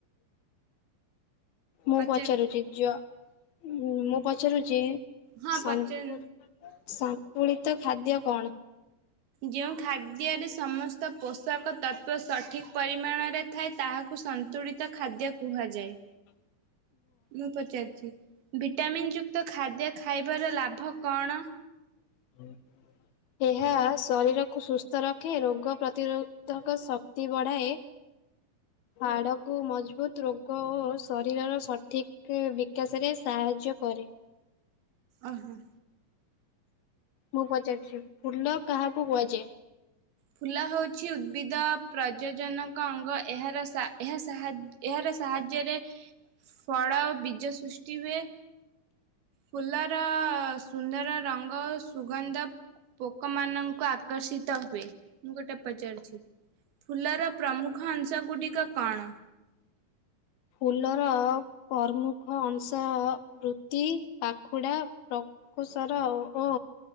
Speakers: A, on the left; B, on the right.
A: ମୁଁ
B: ପଚାର
A: ପଚାରୁଚି ଜ ମୁଁ ମୁଁ ପଚାରୁଚି
B: ହଁ
A: ସନ୍
B: ପଚାର
A: <inaudible> ସ ତୁଳିତ ଖାଦ୍ୟ କଣ?
B: ଯେଉଁ ଖାଦ୍ୟରେ ସମସ୍ତ ପୋଷକ ତତ୍ତ୍ଵ ସଠିକ ପରିମାଣରେ ଥାଏ ତାହା କୁ ସନ୍ତୁଳିତ ଖାଦ୍ୟ କୁହାଯାଏ।
A: ହ <inaudible>
B: ମୁଁ ପଚାରୁଛି। ଭିଟାମିନ୍ ଯୁକ୍ତ ଖାଦ୍ୟ ଖାଇବାର ଲାଭ କଣ?
A: <unintelligible> ଏହା ଶରୀରକୁ ସୁସ୍ଥ ରଖେ। ରୋଗ ପ୍ରତିରୋଧକ ଶକ୍ତି ବଢ଼ାଏ। ହାଡକୁ ମଜବୁତ୍ ରୋଗ ଓ ଶରୀରର ସଠିକ୍ ବିକାଶ ରେ ସାହାଯ୍ୟ କରେ।
B: ଓହୋ।
A: ମୁଁ ପଚାରୁଚି। ଫୁଲ କାହାକୁ କୁହାଯାଏ?
B: ଫୁଲ ହଉଚି ଉଦ୍ଭିଦ ପ୍ରଜଜନକ ଅଙ୍ଗ। ଏହାର ସା ଏହା ସାହା ଏହାର ସାହାଯ୍ୟରେ ଫଳ ଓ ବୀଜ ସୃଷ୍ଟି ହୁଏ। ଫୁଲର ସୁନ୍ଦର ରଙ୍ଗ ଓ ସୁଗନ୍ଧ ପୋକମାନଙ୍କୁ ଆକର୍ଷିତ ହୁଏ। ମୁଁ ଗୋଟେ ପଚାରୁଚି। ଫୁଲର ପ୍ରମୁଖ ଅଂଶ ଗୁଡିକ କଣ?
A: ଫୁଲର ପ୍ରମୁଖ ଅଂଶ ବୃତ୍ତି, ପାଖୁଡ଼ା, ପ୍ର କୁଶର ଓ